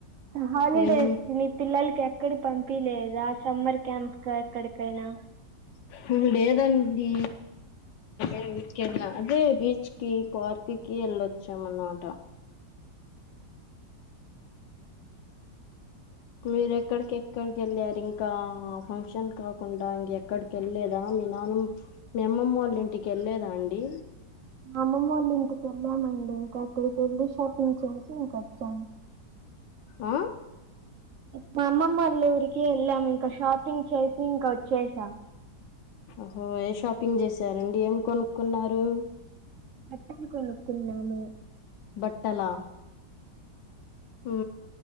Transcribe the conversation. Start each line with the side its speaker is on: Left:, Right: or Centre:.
Right: హాలిడే
Left: ఏం
Right: ఇస్తే పిల్లలకి ఎక్కడ పంపి లేద ఆ సమ్మర్ క్యాంప్ ఎక్కడికైనా
Left: ఇప్పుడు లేదండి ఏమి అదే బీచ్కి పార్కి వెళ్లొచ్చన్నమాట మీర ఎక్కడికి ఎక్కడికి వెళ్ళారు ఇంకా ఫంక్షన్ కాకుండా ఇంక ఎక్కడికి వెళ్ళలేదా మీ నాన్న మీ అమ్మమ్మ వాళ్ళ ఇంటికి వెళ్ళలేదాండి
Right: మాఅమ్మమ్మవాళ్ళ ఇంటికి వెళ్ళానండి <unintelligible> షాపింగ్ చేసి ఇంకా ఫన్
Left: ఆ
Right: మా అమ్మమ్మ వాళ్ళ ఊరికి వెళ్ళాం ఇంకా షాపింగ్ చేసి ఇంకా వచ్చేసాం
Left: ఓహో ఏ షాపింగ్ చేసారండి ఏం కొనుక్కున్నారు
Right: బట్టలు కొనుకున్నామ
Left: బట్టలా ఉ